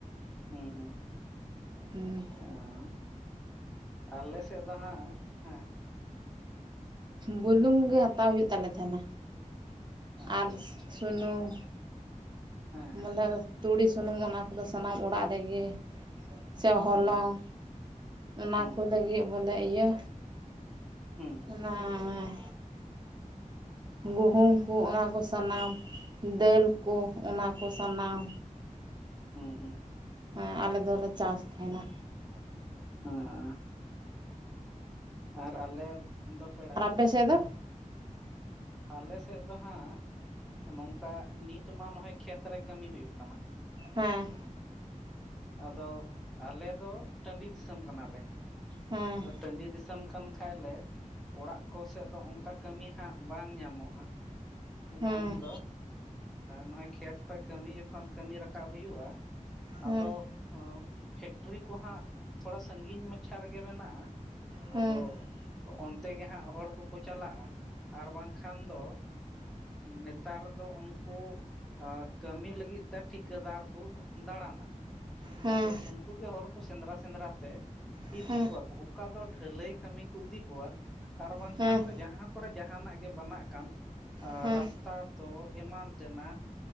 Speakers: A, in the centre; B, on the right.
A: ᱦᱮᱸ ᱦᱮᱸ
B: ᱦᱮᱸ
A: ᱚ ᱟᱞᱮ ᱥᱮᱫ ᱫᱚ ᱦᱟᱸᱜ ᱦᱮᱸ
B: ᱵᱩᱞᱩᱝ ᱜᱮ ᱦᱟᱛᱟᱣ ᱦᱩᱭᱩᱜ ᱛᱟᱞᱮ ᱛᱟᱦᱮᱱᱟ
A: ᱟᱪᱪᱷᱟ
B: ᱟᱨ
A: ᱟᱪᱪᱷᱟ
B: ᱥᱩᱱᱩᱢ
A: ᱦᱮᱸ ᱦᱮᱸ
B: ᱢᱚᱞᱮ ᱛᱩᱲᱤ ᱥᱩᱱᱩᱢ ᱚᱱᱟ ᱠᱚᱫᱚ ᱥᱟᱱᱟᱢ ᱚᱲᱟᱜ ᱨᱮᱜᱮ ᱥᱮ ᱦᱚᱞᱚᱝ
A: ᱦᱩᱸ ᱦᱩᱸ
B: ᱚᱱᱟ
A: ᱦᱩᱸ
B: ᱠᱚ ᱞᱟᱹᱜᱤᱫ ᱵᱚᱞᱮ ᱤᱭᱟᱹ
A: ᱦᱩᱸ ᱦᱩᱸ
B: ᱚᱱᱟ ᱜᱩᱦᱩᱢ ᱠᱚ ᱚᱱᱟ ᱠᱚ ᱥᱟᱱᱟᱢ ᱫᱟᱹᱞ ᱠᱚ ᱚᱱᱟ ᱠᱚ ᱥᱟᱱᱟᱢ
A: ᱦᱩᱸ ᱦᱩᱸ
B: ᱦᱮᱸ ᱟᱞᱮ ᱫᱚᱞᱮ ᱪᱟᱥ ᱛᱟᱦᱮᱱᱟ
A: ᱦᱮᱸ ᱟᱨ ᱟᱞᱮ ᱫᱚ ᱯᱮᱲᱟ
B: ᱟᱨ ᱟᱯᱮ ᱥᱮᱫ ᱫᱚ
A: ᱟᱞᱮ ᱥᱮᱫ ᱫᱚ ᱦᱟᱸᱜ ᱱᱚᱝᱠᱟ ᱱᱤᱛ ᱢᱟ ᱱᱚᱜᱼᱚᱭ ᱠᱷᱮᱛ ᱨᱮ ᱠᱟᱹᱢᱤ ᱦᱩᱭᱩᱜ ᱠᱟᱱᱟ
B: ᱦᱮᱸ
A: ᱟᱫᱚ ᱟᱞᱮ ᱫᱚ ᱴᱟᱺᱰᱤ ᱫᱤᱥᱚᱢ ᱠᱟᱱᱟ ᱞᱮ
B: ᱦᱮᱸ
A: ᱟᱫᱚ ᱴᱟᱺᱰᱤ ᱫᱤᱥᱚᱢ ᱠᱟᱱ ᱠᱷᱟᱡ ᱞᱮ ᱚᱲᱟᱜ ᱠᱚ ᱥᱮᱫ ᱫᱚ ᱚᱱᱠᱟ ᱠᱟᱹᱢᱤ ᱦᱟᱸᱜ ᱵᱟᱝ ᱧᱟᱢᱚᱜᱼᱟ
B: ᱦᱮᱸ
A: ᱢᱮᱱ ᱫᱚ ᱱᱚᱜᱼᱚᱭ ᱠᱷᱮᱛ ᱠᱷᱚᱱ ᱠᱟᱹᱢᱤ ᱡᱚᱠᱷᱚᱱ ᱠᱟᱹᱢᱤ ᱨᱟᱠᱟᱵ ᱦᱩᱭᱩᱜᱼᱟ
B: ᱦᱮᱸ
A: ᱟᱫᱚ ᱯᱷᱮᱠᱴᱨᱤ ᱠᱚ ᱦᱟᱸᱜ ᱛᱷᱚᱲᱟ ᱥᱟᱺᱜᱤᱧ ᱢᱟᱪᱷᱟ ᱨᱮᱜᱮ ᱢᱮᱱᱟᱜᱼᱟ
B: ᱦᱮᱸ
A: ᱟᱫᱚ
B: ᱦᱮᱸ
A: ᱚᱱᱛᱮ ᱜᱮ ᱦᱟᱸᱜ ᱦᱚᱲ ᱠᱚ ᱠᱚ ᱪᱟᱞᱟᱜᱼᱟ ᱟᱨ ᱵᱟᱝᱠᱷᱟᱱ ᱫᱚ ᱱᱮᱛᱟᱨ ᱫᱚ ᱩᱱᱠᱩ ᱠᱟᱹᱢᱤ ᱞᱟᱹᱜᱤᱫ ᱛᱮ ᱴᱷᱤᱠᱟᱹᱫᱟᱨ ᱠᱚ ᱫᱟᱬᱟᱱᱟ
B: ᱦᱮᱸ
A: ᱟᱫᱚ
B: ᱦᱮᱸ
A: ᱩᱱᱠᱩ ᱜᱮ ᱦᱚᱲ ᱠᱚ ᱥᱮᱸᱫᱽᱨᱟ ᱥᱮᱸᱫᱽᱨᱟ ᱛᱮ
B: ᱦᱮᱸ
A: ᱤᱫᱤ ᱠᱚᱣᱟ ᱠᱚ ᱚᱠᱟ ᱫᱚ ᱰᱷᱟᱹᱞᱟᱹᱭ ᱠᱟᱹᱢᱤ ᱠᱚ ᱤᱫᱤ ᱠᱚᱣᱟ ᱟᱨ ᱵᱟᱝᱠᱷᱟᱱ
B: ᱦᱮᱸ
A: ᱫᱚ ᱡᱟᱦᱟᱸ ᱠᱚᱨᱮ ᱡᱟᱦᱟᱱᱟᱜ ᱜᱮ ᱵᱮᱱᱟᱜ ᱠᱟᱱ
B: ᱦᱮᱸ
A: ᱨᱟᱥᱛᱟ ᱛᱚ ᱮᱢᱟᱱ ᱛᱮᱱᱟᱜ